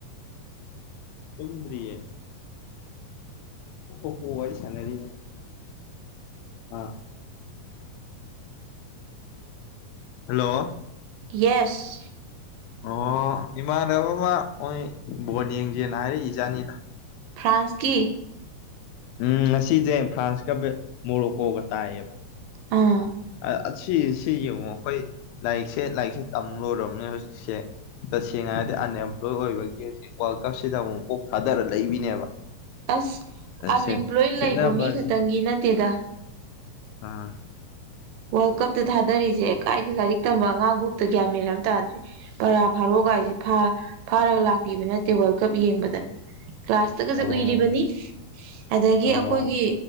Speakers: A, on the left; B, on the right.
A: ꯇꯣꯗꯔꯤ ꯣ ꯀꯣ ꯁꯅꯔꯤ ꯑꯥ ꯍꯜꯂꯣ
B: ꯌꯦꯁ
A: ꯑꯣ ꯏꯃꯥꯟꯅꯕꯕꯥ ꯃꯣꯏ ꯕꯣꯣꯟ ꯌꯦꯡꯒꯦꯅ ꯍꯥꯏꯔꯛꯏ ꯏꯖꯥꯅꯤꯗ
B: ꯐ꯭ꯔꯥꯟꯁꯀꯤ
A: ꯎꯝ ꯉꯁꯤꯁꯦ ꯐ꯭ꯔꯥꯟꯁꯀ ꯕꯦ ꯃꯣꯔꯣꯀꯣꯒ ꯇꯥꯏꯌꯦꯕ
B: ꯑꯣ
A: ꯑ ꯑꯁꯤꯁꯤ ꯌꯦꯡꯉꯨ ꯑꯩꯈꯣꯏ ꯂꯥꯏꯔꯤꯛꯁꯦ ꯂꯥꯏꯔꯤꯛꯁꯦ ꯇꯝ ꯂꯣꯏꯔꯝꯅꯦ ꯍꯧꯖꯤꯛꯁꯦ ꯇꯁꯦꯡꯅ ꯍꯥꯏꯔꯗꯤ ꯑꯟꯑꯦꯝꯄ꯭ꯂꯣꯏ ꯑꯣꯏꯕꯒꯤ ꯍꯧꯖꯤꯛ ꯋꯥꯔꯜ ꯀꯞꯁꯤꯗ ꯑꯃꯨꯛ ꯀꯣꯛ ꯊꯥꯗꯔ ꯂꯩꯕꯤꯅꯦꯕ
B: ꯑꯁ ꯑꯟꯑꯦꯝꯄ꯭ꯂꯣꯏ
A: ꯁꯦ ꯈꯦꯠꯅꯕꯁꯦ
B: ꯂꯩꯕ ꯃꯤ ꯈꯛꯇꯪꯒꯤ ꯅꯠꯇꯦꯗ
A: ꯑꯥ
B: ꯋꯥꯔꯜ ꯀꯞꯇ ꯊꯥꯗꯔꯤꯁꯦ ꯀꯥꯏꯗꯤ ꯂꯥꯏꯔꯤꯛ ꯇꯝꯕ ꯑꯉꯥꯡꯕꯣꯛꯇ ꯒ꯭ꯌꯥ ꯃꯟꯅꯔꯝ ꯇꯥꯗ꯭ꯔꯦ ꯄꯔꯥ ꯐꯥꯔꯛꯒ ꯍꯥꯏꯁꯦ ꯐꯥꯔꯒ ꯂꯥꯛꯄꯤꯕꯅ ꯇꯦꯕꯜ ꯀꯞ ꯌꯦꯡꯕꯗ ꯀ꯭ꯂꯥꯁꯇꯒꯁꯦ
A: ꯑꯣ
B: ꯎꯏꯔꯤꯕꯅꯤ ꯑꯗꯒꯤ
A: ꯑꯣ
B: ꯑꯩꯈꯣꯏꯒꯤ